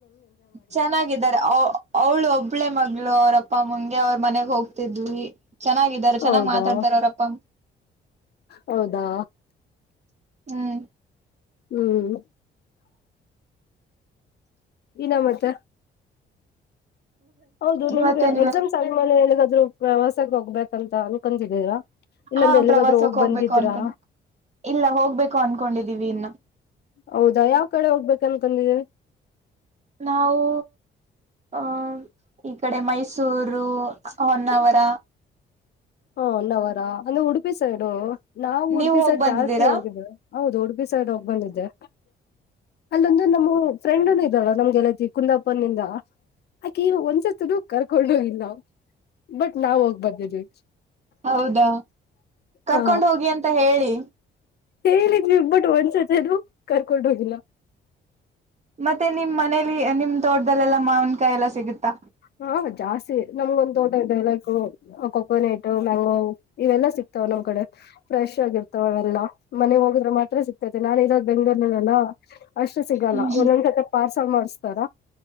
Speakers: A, on the right; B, on the left.
A: ಚೆನ್ನಾಗಿದ್ದಾರೆ ಅವ್ ಅವ್ಳು ಒಬ್ಬಳೆ ಮಗಳು ಅವ್ರಪ್ಪಮ್ಮಂಗೆ ಅವ್ರ ಮನೆಗೆ ಹೋಗ್ತಿದ್ವಿ ಚೆನ್ನಾಗಿದ್ದಾರೆ ಚೆನ್ನಾಗ್
B: ಹೌದಾ
A: ಮಾತಾಡ್ತಾರ ಅವ್ರ ಅಪ್ಪ ಅಮ್ಮ
B: ಹೌದಾ
A: ಹ್ಮ್
B: ಹ್ಮ್ ಇನ ಮತ್ತ ಹೌದು ನಿಮ್ಗೆ
A: ಮತ್ತೇನಿಲ್ಲ
B: ಎಕ್ಸಾಮ್ ಸರಿ ಮೇಲೆ ಎಲ್ಲಿಗಾದ್ರೂ ವ್ಯವಾಸಕ್ಕೆ ಹೋಗ್ಬೇಕ ಅಂತ ಅನ್ಕಂತಿದ್ದೀರಾ ಇಲ್ಲಾಂದ್ರೆ
A: ಹಾ
B: ಎಲ್ಲಿಗಾದ್ರೂ
A: ಪ್ರವಾಸಕ್
B: ಹೋಗಿ
A: ಹೋಗ್ಬೇಕು
B: ಬಂದಿದ್ರಾ
A: ಅನ್ಕೊಂಡ ಇಲ್ಲ ಹೋಗ್ಬೇಕು ಅನ್ಕೊಂಡಿದ್ದೀವಿ ಇನ್ನ್
B: ಹೌದಾ ಯಾವ್ ಕಡೆ ಹೋಗ್ಬೇಕನ್ಕಡಿದಿರಿ
A: ನಾವು ಅ ಈ ಕಡೆ ಮೈಸೂರು ಹೊನ್ನಾವರ
B: ಹಾ ಹೋನ್ನಾವರ ಅಂದ್ರೆ ಉಡುಪಿ ಸೈಡು ನಾವು
A: ನೀವ್
B: ಉಡುಪಿ
A: ಹೋಗ್
B: ಸೈಡ್
A: ಬಂದಿದ್ದೀರಾ
B: ಜಾಸ್ತಿ ಹೋಗಿದ್ವಿ ಹೌದು ಉಡುಪಿ ಸೈಡ್ ಹೋಗ್ಬಂದಿದ್ದೆ ಅಲ್ಲೊಂದು ನಮ್ಮ ಫ್ರೆಂಡ್ನು ಇದ್ದಳ ನಮ್ಗೆಲತಿ ಕುಂದಾಪುರನಿಂದ ಅಕೆ ಒಂದ್ಸತ ಕರ್ಕೊಂಡ ಹೋಗಿಲ್ಲ ನಾವು ಬಟ್ ನಾವ ಹೋಗ್ ಬರ್ದಿದ್ವಿ
A: ಹೌದಾ ಕರ್ಕೊಂಡ್
B: ಆ
A: ಹೋಗಿ ಅಂತ ಹೇಳಿ
B: ಹೇಳಿದ್ವಿ ಬಟ್ ಒಂದ್ಸತಿದು ಕರ್ಕೊಂಡು ಹೋಗಿಲ್ಲ
A: ಮತ್ತೆ ನಿಮ್ ಮನೇಲಿ ನಿಮ್ ತೋಟ್ದಲ್ಲೆಲ್ಲಾ ಮಾವಿನ ಕಾಯಿ ಎಲ್ಲಾ ಸಿಗುತ್ತಾ
B: ಹಾ ಜಾಸ್ತಿ ನಮ್ಗೊಂದ ತೋಟ ಇದೆ ಲೈಕು ಕೊಕೋನಟ್ ಮ್ಯಾಂಗೋ ಇವೆಲ್ಲಾ ಸಿಕ್ತಾವ ನಮ್ ಕಡೆ ಫ್ರೆಶ್ ಆಗಿರ್ತವೆ ಅವೆಲ್ಲಾ ಮನೆ ಹೋಗಿದ್ರೆ ಮಾತ್ರ ಸಿಗ್ತೈತೆ ನಾನ ಇರೋದ್ ಬೆಂಗಳೂರನಲ್ಲಾ ಅಷ್ಟು ಸಿಗಲ್ಲ
A: ಹ್ಮ್
B: ಒಂದೊಂದ್ ಸತೆ ಪಾರ್ಸಲ್ ಮಾಡಸ್ತಾರ